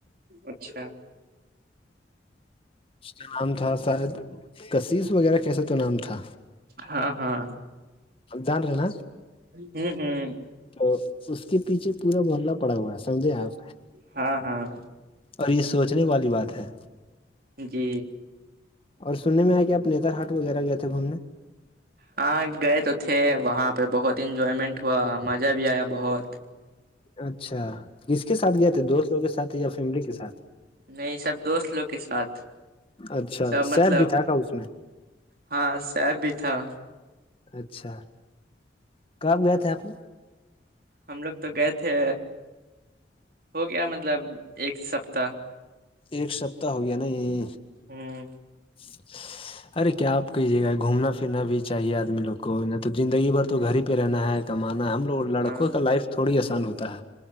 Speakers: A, on the right (about 55°); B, on the left (about 30°).
A: اچھا
B: اس کا نام تھا شاید کشس وغیرہ کیسا تو نام تھا
A: ہاں ہاں
B: جان ن
A: ہوں ہوں
B: تو اس کے پیچھے پورا محلہ پڑا ہوا ہے سمجھے آپ
A: ہاں ہاں
B: اور یہ سوچنے والی بات ہے
A: جی
B: اور سننے میں آیا کہ آ نیتار ہاٹ وغیرہ گئے تھے گھومنے
A: ہاں گئے تو تھے وہاں پہ بہت انجوائمنٹ ہوا مزہ بھی آیا بہت
B: اچھا کس کے ساتھ گئے تھے دوست لوگ کے سات یا فیملی کے ساتھ
A: نہیں سب دوست لوگ کے ساتھ
B: اچھا
A: سب مطلب
B: سیب بھی تھا کا اس میں
A: ہاں ساب بھی تھا
B: اچھا کب گئے تھے آپ لوگ
A: ہم لوگ تو گئے تھے ہو گیا مطلب ایک سپتاہ
B: ایک سپتتاہ ہو گیا نا یہ
A: ہوں
B: <inaudible> ارے کیا آپ کہی جگہ گھومنا پھرنا بھی چاہیے آدمی لوگ کو تو زندگی بھر تو گھر ہی پہ رہنا ہے کمانا ہے ہم لوگ لڑکوں
A: ہاں
B: کا لائف تھوڑی آسان ہوتا ہے